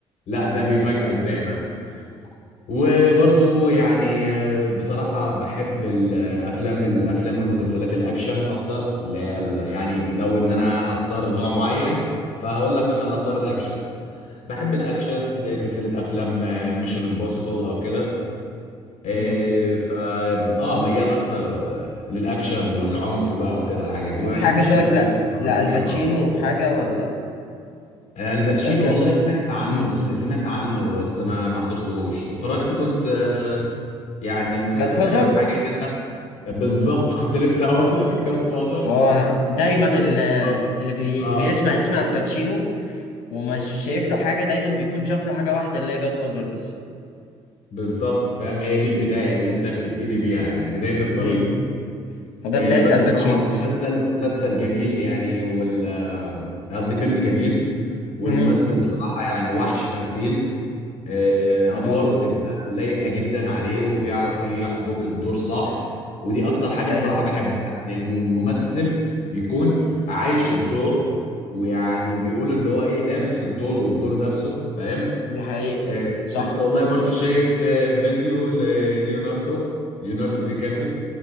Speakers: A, on the left; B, on the left.
A: لا ده
B: ده حقيقة
A: بيفاجئك دايما وبرضو يعني آه، بصراحة بحب الافلام الافلام والمسلسلات الاكشن اكتر اللي هي ال- يعني لو ان انا هختار نوع معين فهقول لك مثلا
B: مم.
A: اختار الاكشن بحب الاكشن زي سلسلة افلام ميشن امبوسيبل او كده إيه،
B: مم.
A: فا اه ميال اكتر آه، للاكشن والعنف بقى وكده الحاجات دي ما
B: شوف
A: بحبش
B: حاجة طيب
A: الافلام
B: لا
A: الرومانسيه
B: لا الباتشينو
A: خالص
B: حاجة ولا
A: آه، الباتشينو
B: شفت افلام
A: والله سمعت عنه
B: امم
A: سم- سمعت عنه بس ما ما حضرتهوش اتفرجت كنت آه، يعني م-
B: جاد
A: اخر
B: فازر
A: حاجه كده بالظبط <laughs> كنت لسه هقول لك جاد فازر
B: ما هو دايما ال-
A: اه
B: اللي بي
A: آه،
B: بيسمع اسم الباتشينو ومش شايف له حاجه دايما بيكون شاف له حاجه واحده اللي هي جاد فازر بس
A: بالظبط فاهم هي دي البدايه اللي انت بتبتدي بيها يعني بدايه الطريق
B: امم فده
A: آه،
B: بدايه
A: بس
B: الباتشينو
A: بصراحه مسلسل مسلسل جميل يعني وال آه، قصدي فيلم جميل والممثل
B: امم
A: بصراحه يعني وحش تمثيل آه،
B: اه
A: ادواره بتبقى لايقه جدا عليه وبيعرف يحبك الدور صح ودي اكتر حاجه
B: حلو
A: بصراحه بحبها ان الم- الممثل بيكون عايش الدور ويعني بيقول اللي هو ايه لابس الدور والدور نفسه فاهم
B: دي حقيقة
A: آه
B: صح
A: لسه والله برضو شايف آه، فيديو لليوناردو ليوناردو دي كابري